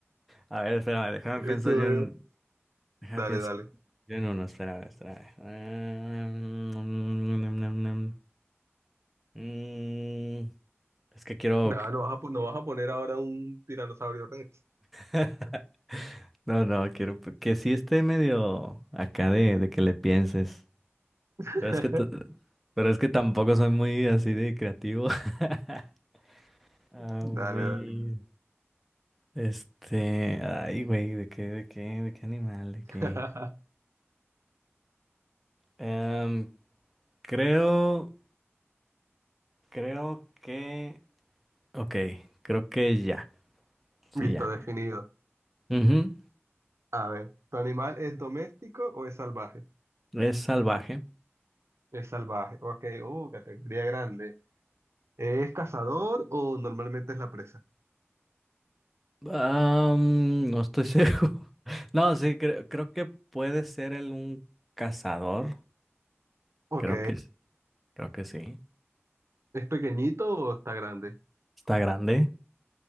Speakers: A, in the centre; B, on the right (about 70°).
A: A ver, espérame, déjame
B: Eso
A: pienso yo
B: veo.
A: en, déjame
B: Dale,
A: pienso
B: dale.
A: yo en uno, espérame, espérame. Ah, Mm, mm, mm, mm, mm. mm. Es que quiero.
B: Nada, no vas a, po- no vas a poner ahora un tiranosaurio Rex.
A: <laughs> No, no, quiero p- que sí esté medio acá de, de que le pienses.
B: <laughs>
A: Pero es que, t- pero es que tampoco soy muy así de creativo. <laughs> A
B: Dale,
A: ver,
B: dale.
A: este, ay, güey, ¿de qué, de qué, de qué animal, de qué?
B: <laughs>
A: Em, creo, creo que, ok, creo que ya,
B: Listo,
A: sí, ya.
B: definido.
A: Ujú,
B: A ver, ¿tu animal es doméstico o es salvaje?
A: Es salvaje.
B: Es salvaje. Ok, uh, categoría grande. ¿Es cazador o normalmente es la presa?
A: Am, no estoy seguro. <laughs> No, sí, cre- creo que puede ser el, un cazador,
B: Ok.
A: creo que sí. Creo que sí.
B: ¿Es pequeñito o está grande?
A: ¿Está grande?